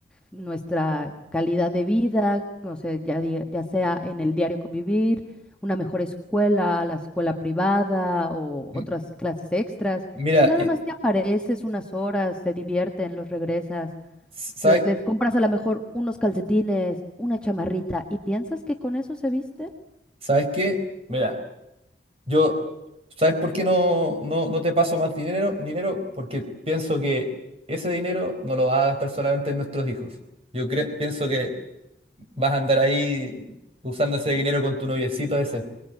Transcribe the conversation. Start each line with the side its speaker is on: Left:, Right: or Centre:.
Centre: nuestra calidad de vida, o sea, ya, di- ya sea en el diario convivir, una mejor escuela, la escuela privada o
Right: M-
Centre: otras clases extras.
Right: Mira,
Centre: Tú nada
Right: y-
Centre: más te apareces unas horas, te divierten, los regresas,
Right: ¿sabes,
Centre: lo- les compras a lo mejor unos calcetines, una chamarrita y piensas que con eso se visten.
Right: sabes qué? Mira, yo, ¿sabes por qué no, no, no te paso más dinero? Dinero porque pienso que ese dinero no lo vas a gastar solamente en nuestros hijos. Yo cre- pienso que vas a andar ahí usando ese dinero con tu noviecito ese.